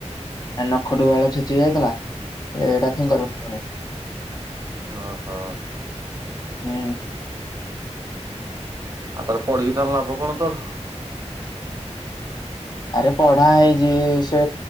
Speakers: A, on the left; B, on the right.
A: ନଖଟୁ ବାଳ ଛେଚି ହେଇ ଯାଇଥିଲା ଏଇଟା <unintelligible>
B: ଓ ହୋ।
A: ହୁଁ।
B: ଆଉ ତାହେଲେ ପଢିକି ତାହାଲେ ଲାଭ କଣ ତୋର।
A: ଆରେ ପଢା ହେଇଛି ସେ